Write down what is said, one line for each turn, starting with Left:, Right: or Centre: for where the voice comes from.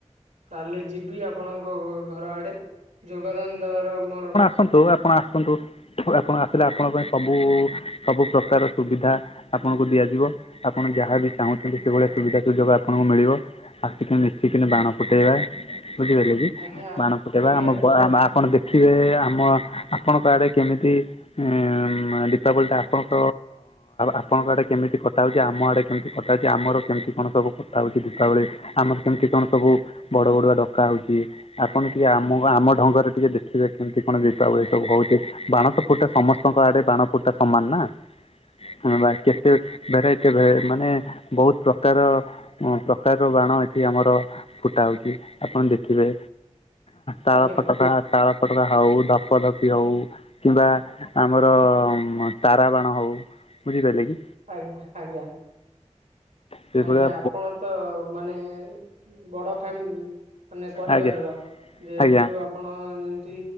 Right: କାଲି ଯିବି ଆପଣଙ୍କ ଘ ଘର ଆଡ଼େ ଯୋଗଦାନ ଦବାର ମୋର
Left: ସନ୍ତୁ ଆପଣ ଆସନ୍ତୁ ଆପଣ ଆସିଲେ ଆପଣଙ୍କ ପାଇଁ ସବୁ ସବୁ ପ୍ରକାର ସୁବିଧା ଆପଣଙ୍କୁ ଦିଆଯିବ ଆପଣ ଯାହାବି ଚାହୁଁଛନ୍ତି। ସେଭଳିଆ
Right: ଆଜ୍ଞା
Left: ସୁବିଧା ସୁଯୋଗ ଆପଣଙ୍କୁ ମିଳିବ ଆସିକି ମିଶିକିନି
Right: ଆଜ୍ଞା
Left: ବାଣ ଫୁଟେଇବା ବୁଝିପାଇଲେ ଇ? ଇ
Right: ଆଜ୍ଞା
Left: ବାଣ ଫୁଟେଇବା
Right: ଆଜ୍ଞା
Left: ଆମ
Right: ଆଜ୍ଞା
Left: ବ ଆପଣ ଦେଖିବେ ଆମ ଆପଣଙ୍କ ଆଡ଼େ କେମିତି ଉଁ ମା ଦୀପାବଳି ତ ଆପଣଙ୍କ ଆପଣଙ୍କ ଆଡ଼େ କେମିତି କଟା ହଉଚି ଆମ ଆଡ଼େ କେମତି କଟା ହଉଚି ଆମର କେମତି କଣ ସବୁ କଟା ହଉଚି ଦୀପାବଳି ଆମର କେମତି କଣ ସବୁ ବଡ଼ ବଡ଼ୁଆ ଡକା ହଉଚି ଆପଣ ଟିକେ ଆମ ଗା ଆମ ଢଙ୍ଗରେ ଟିକେ ଦେ ଖିବେ କେମିତି କଣ ଦୀପାବଳି ସବୁ ହଉଚି ବାଣ ତ ଫୁଟା ସମସ୍ତଙ୍କ ଆଡ଼େ ବାଣ ଫୁଟା ସମାନ ନାଁ। ହଁ ବା କେତେ ଭେରାଇଟି ଭେ ମାନେ ବହୁତ ପ୍ରକାର ଅଁ ପ୍ରକାରର ବାଣ ଏଠି ଆମର ଫୁଟା ହଉଚି ଆପଣ ଦେଖିବେ ତାଳ
Right: ଆଜ୍ଞା
Left: ତକା ତାଳ ଫଟକା ହଉ ଧପ ଧପି ହଉ। କିମ୍ବା ଆମର ତାରା ବାଣ ହଉ, ବୁଝିପାଇଲେ କି?
Right: ଆଜ୍ଞା ଆଜ୍ଞା।
Left: ସେଇଭଳିଆ
Right: ଆଜ୍ଞା ଆପଣ ତ ମାନେ ବଡ଼ ଫ୍ୟାମିଲ୍ ମାନେ ପରିବାରର
Left: ଆଜ୍ଞା
Right: ଯେହେତୁ
Left: ଆଜ୍ଞା
Right: ଆ ପଣ ଯେମିତି